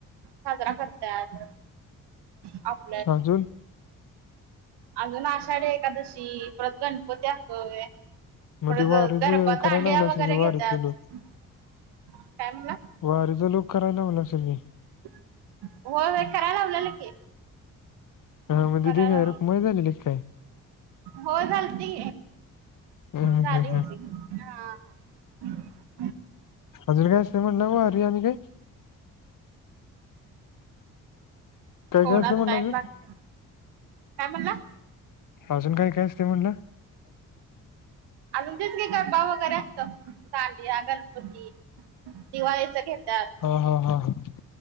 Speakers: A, on the right; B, on the left.
A: साजरा करत्यात, आप
B: अजून
A: अजून आषाढी एकादशी परत गणपती असतोय.
B: मग
A: परत
B: ते वारीच
A: गरबा,
B: करायला
A: दांडिया
B: लावलं असेल
A: वगैरे
B: की
A: घेतात,
B: वारीतले लोक
A: काय म्हटला?
B: वारीचा लुक करायलाव ला असेल मी
A: व्हय व्हय कराय लावलेलं की
B: अ.. म्हणजे
A: करायला
B: ती
A: लावलेलं.
B: रुक्माई झालेली काय?
A: होय झालती,
B: हम्म
A: झाली
B: हम्म
A: होती
B: हम्म
A: हा.. हू <unintelligible>
B: अजून काय असते म्हटला वारी आणि हे त्याच्या
A: थोडाच
B: समो म्हणलो
A: टाइम
B: मी
A: बाकी काय म्हणला?
B: अजून काय- काय असते म्हणला? हा
A: अजून तीच की गरबा वगैरे असतो, दांडिया गणपती दिवाळीचं घेतात.
B: हो.. हो.. हो..